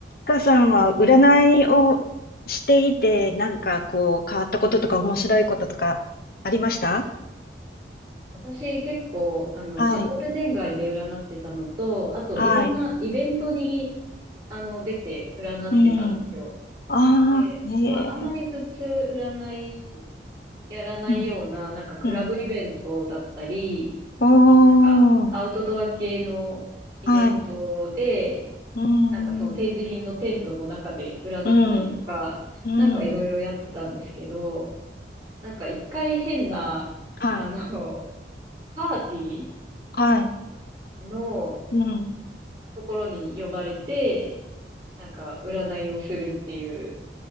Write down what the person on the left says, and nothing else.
かさんは占いをしていて、なんかこう変わったこととか面白いこととかありました
はい。
はい。
うん。ああ、
ねえ。
うん。
うん。お
ー。はい。う
ん。うん。うん。
はい。
はい。
うん。